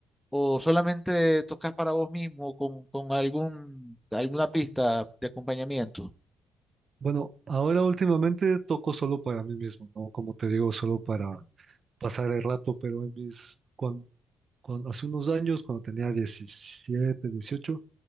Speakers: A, in the centre; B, on the right (about 45°).
A: o solamente tocas para vos mismo con, con algún, alguna pista de acompañamiento?
B: Bueno, ahora últimamente toco solo para mí mismo, ¿no? Como te digo, solo para
A: Ujú.
B: pasar el rato, pero en mis, cuan- cuan- hace unos años, cuando tenía 17 18